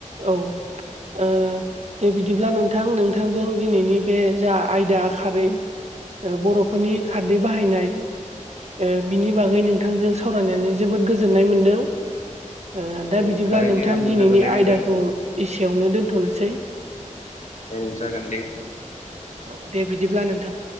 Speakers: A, on the right; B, on the left.
A: औ ओ दे बिदिब्ला नोंथां नोंथांजों दिनैनि बे जा आयदा खारै ओ बर'फोरनि खारदै बाहायनाय ओ बिनि बागै नोंथांजों सावरायनानै जोबोद गोजोननाय मोनदों। ओ
B: औ
A: दा बिदिब्ला
B: थारैनो
A: नोंथां
B: आंबो
A: दिनैनि
B: गोजोननाय
A: आयदाखौ
B: मोनदों
A: एसेयावनो दोनथ'नोसै।
B: औ जागोन दे।
A: औ दे बिदिब्ला नोंथां।